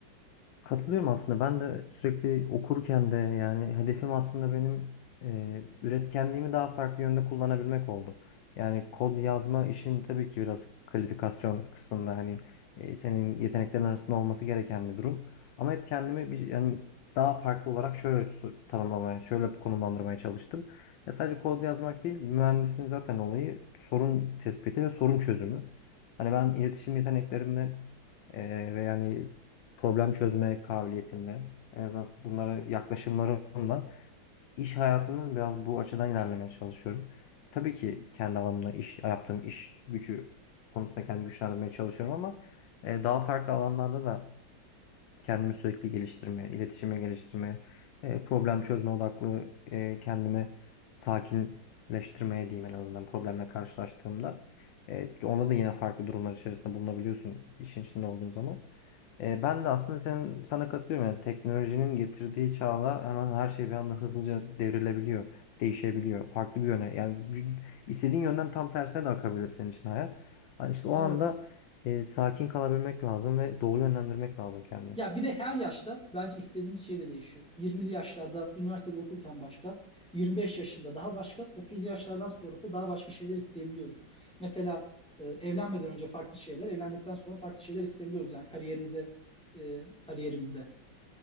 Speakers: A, on the left; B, in the centre.
A: Katılıyorum aslında. Ben de sürekli okurken de yani hedefim aslında benim e, üretkenliğimi daha farklı yönde kullanabilmek oldu. Yani kod yazma işin tabii ki biraz kalifikasyon kısmında hani e, senin yeteneklerin arasında olması gereken bir durum. Ama hep kendimi bir yani daha farklı olarak şöyle su- tanımlamaya, şöyle konumlandırmaya çalıştım. Ya sadece kod yazmak değil, mühendisin zaten olayı sorun tespiti ve sorun çözümü. Hani ben iletişim yeteneklerimle e, ve yani problem çözme kabiliyetimle, en azından bunlara yaklaşımlarımla iş hayatını biraz bu açıdan ilerlemeye çalışıyorum. Tabii ki kendi alanımda iş yaptığım iş gücü konusunda kendimi güçlendirmeye çalışıyorum ama e, daha farklı alanlarda da kendimi sürekli geliştirmeye, iletişime geliştirmeye, e, problem çözme odaklı e, kendimi sakinleştirmeye diyeyim en azından problemle karşılaştığımda. E, onda da yine farklı durumlar içerisinde bulunabiliyorsun işin içinde olduğun zaman. E, ben de aslında senin, sana katılıyorum. Yani teknolojinin getirdiği çağla hemen her şey bir anda hızlıca devrilebiliyor, değişebiliyor. Farklı bir yöne. Yani bir- istediğin yönden tam tersine de akabilir senin için hayat. Yani işte o
B: Evet.
A: anda e, sakin kalabilmek lazım ve doğru yönlendirmek lazım kendini.
B: Ya bir de her yaşta bence istediğimiz şey de değişiyor. 20'li yaşlarda üniversitede okurken başka, 25 yaşında daha başka, 30 yaşlardan sonrası daha başka şeyler isteyebiliyoruz. Mesela e, evlenmeden önce farklı şeyler, evlendikten sonra farklı şeyler isteyebiliyoruz. Yani kariyerimize e, kariyerimizde.